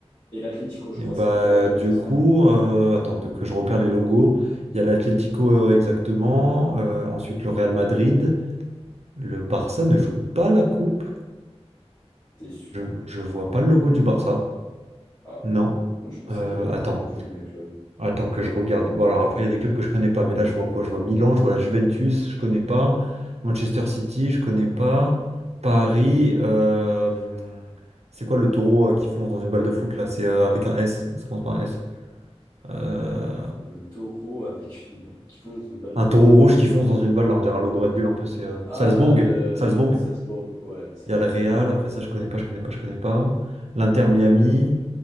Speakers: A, on the left (about 35°); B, on the right (about 70°).
A: et l'Atlético, je
B: Et
A: crois,
B: bah,
A: c'est les trois clubs
B: du
A: espagnols.
B: coup, euh, attends de- que je repère les logos. Il y a l'Atlético euh, exactement, euh, ensuite le Real Madrid. Le Barça ne joue pas la coupe.
A: T'es sûr?
B: Je, je vois pas le logo du Barça.
A: Ah,
B: Non.
A: moi je pensais
B: Euh,
A: qu'il a joué
B: attends,
A: la Coupe du Monde des clubs.
B: attends que je regarde. Bon, alors après, il y a des clubs que je connais pas, mais là, je vois quoi? Je vois Milan, je vois la Juventus, je connais pas. Manchester City, je connais pas. Paris, euh, c'est quoi le taureau euh, qui fonce dans une balle de foot là? C'est euh, avec un S, ça commence par un S. Euh,
A: Le taureau avec une balle qui fonce une balle
B: Un
A: de
B: taureau
A: foot.
B: rouge qui fonce dans une balle, là, on dirait un logo Red Bull un peu, c'est euh,
A: Ah,
B: Salzbourg.
A: euh,
B: Salzbourg,
A: Salzbourg, ouais, Salzbourg,
B: il y a le Real,
A: ouais.
B: après ça je connais pas, je connais pas, je connais pas. L'Inter Miami,